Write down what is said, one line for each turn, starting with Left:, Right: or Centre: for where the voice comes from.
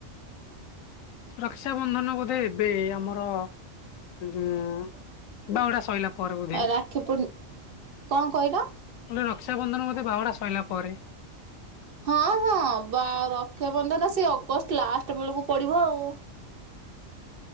Left: ରକ୍ଷାବନ୍ଧନ ବୋଧେ ଏବେ ଆମର <unintelligible> ବାହୁଡା ସଇଲା। ପରେ ବୋଧେ
Right: ରାକ୍ଷୀ ପୂ, କଣ କହିଲ?
Left: କହିଲି ରକ୍ଷାବନ୍ଧନ ବୋଧେ ବାହୁଡ଼ା ସଇଲା ପରେ।
Right: ହଁ ହଁ ବା ରକ୍ଷାବନ୍ଧନ ସେ ଅଗଷ୍ଟ ଲାଷ୍ଟ ବେଳକୁ ପଡିବ ଆଉ। <inaudible>